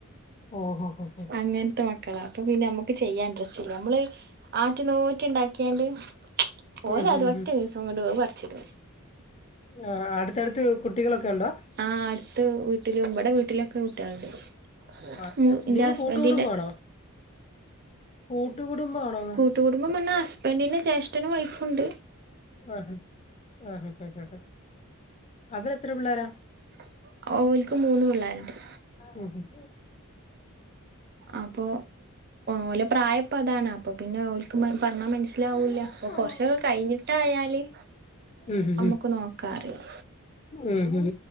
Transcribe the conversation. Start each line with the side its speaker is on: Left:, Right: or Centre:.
Left: ഓഹോ ഹോ ഹോ
Right: അങ്ങനതെ മ ക്കളാ അപ്പൊ പിന്നെ മ്മക്ക് ചെയ്യാൻ അഡ്രെസ്സില്ല മ്മള് ആറ്റു നോറ്റ്ണ്ടാക്ക്യാണ്ട്
Left: ഉം
Right: ഓല
Left: ഉം
Right: തൊറ്റ ദിവസം കൊണ്ട് അത് പറ്ച്ച്ടും
Left: ആ അടുത്തടുത്ത് കുട്ടികളൊക്കെ ഉണ്ടോ
Right: ആ അടുത്ത് വീട്ടിലും ബടെ വീട്ടി ലൊക്കെ കുട്ട്യാളുണ്ട്
Left: ആഹ്
Right: മ് ൻ്റെ
Left: നിങ്ങള്
Right: ഹസ്ബൻ്റിൻ്റെ
Left: കൂട്ടുകുടുംബാണോ കൂട്ടുകുടുംബാണോന്ന്
Right: കൂട്ടുകൂടുംബം പഞ്ഞാൽ ഹസ്ബൻഡിന്റെ ജ്യേഷ്ഠനും വൈഫുണ്ട്
Left: ആഹ്ഹാ ആഹ് ആഹ് ആഹ് അവരെത്ര പിള്ളേരാ
Right: <inaudible> ഓൽക്ക് മൂന്ന് പിള്ളേരുണ്ട്
Left: ഉം ഉം
Right: അപ്പോ ഓലെ പ്രായപ്പതാണ് അപ്പൊപിന്നെ ഓല്ക്ക് മന് പറ്ഞ്ഞാ മനസ്സിലാവൂല്ല
Left: ഉം അ
Right: അപ്പൊ കൊറ്ച്ചൊക്കെ കഴിഞ്ഞ്ട്ടായാല്
Left: ഉം ഉം
Right: നമ്മുക്ക്
Left: ഉം
Right: നോക്കാറിയാ
Left: ഉം ഉം ഉം